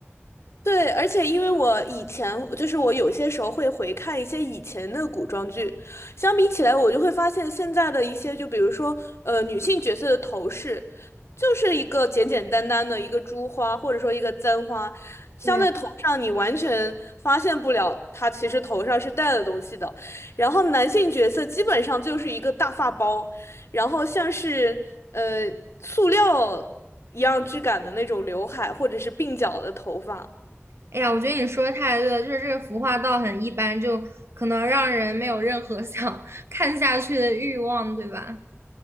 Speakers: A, on the left; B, on the right.
A: 对，而且因为我以前就是我有些时候会回看一些以前的古装剧，相比起来，我就会发现现在的一些，就比如说呃女性角色的头饰，就是一个简简单单的一个珠花或者说一个簪花，镶在头上，
B: 对，
A: 你完全发现不了她其实头上是戴了东西的。然后男性角色基本上就是一个大发包，然后像是呃塑料一样质感的那种刘海或者是鬓角的头发。
B: 哎呀，我觉得你说的太对了，就是这个服化道很一般，就可能让人没有任何 <laughs> 想看下去的欲望，对吧？